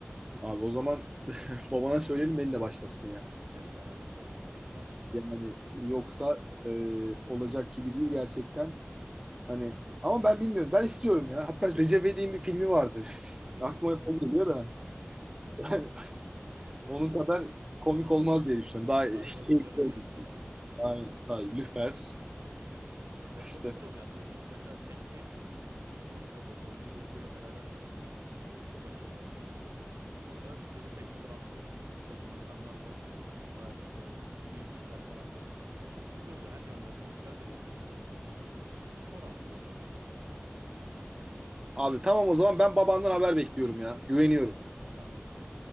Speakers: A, on the right (about 15°); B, on the right (about 80°).
A: Abi o zaman <laughs> babana söyleyelim beni de başlasın ya.
B: Gidelim beraber tabii ki. Estağfurullah.
A: Yani yoksa e, olacak gibi değil gerçekten. Hani ama ben bilmiyorum. Ben istiyorum ya. Hatta Recep İvedik'in bir filmi vardı. <laughs>
B: <laughs>
A: Aklıma hep o geliyor da. <laughs> Onun
B: Evet.
A: kadar komik olmaz diye düşünüyorum. Daha
B: Say balıkları
A: keyifli olur.
B: diyordu değil mi? <laughs>
A: Aynen. Say, Lüfer.
B: Ya
A: İşte.
B: komik de oluyor aslında çünkü mesela tekneye biniyorsun. Bir grupla böyle dalıcı grubuyla beraber açılıyorsun. Böyle çok açıla açılıyorsun. Orada seni tekneden atlıyorsun. Orada işte insanlarla hatta işte iyi ilişkiler falan kuruyorsun. Ya çok güzel oluyor. Her yönden sosyal de bir etkinlik aslında. Ya bir spor aslında dalış.
A: Abi tamam o zaman ben babandan haber bekliyorum ya. Güveniyorum.
B: <laughs> Tamamdır abi.